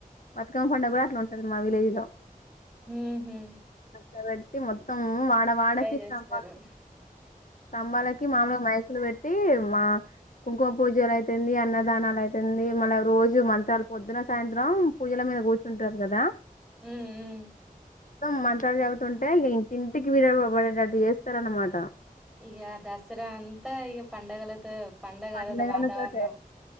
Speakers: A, on the left; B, in the centre.
A: బతుకమ్మ పండుగ కూడా అట్లా ఉంటది మా విలేజ్ లో
B: హుమ్ హు
A: కావాలి మొత్తం వాడవాడకి
B: జేస్తారు.
A: స్తంభాల స్తంభాలకి
B: హ్మ్.
A: మామూలుగా మైకులు పెట్ ట్టి మా కుంకుమ పూజలు అయితుంది అన్నదానాలు అయితుంది మళ్ళీ రోజు మంత్రాలు పొద్దున సాయంత్రం పూజల మీద కూర్చుంటారు కదా
B: హ్మ్. హ్మ్.
A: మొత్తం మంత్రాలు చదువుతుంటే ఇక ఇంటింటికి విడబడే అటు చేస్తారన్న మాట
B: ఈగ దసరా అంతా ఈగ పండుగలతో పండగలద
A: పండగల
B: వాతావరణం
A: తోటే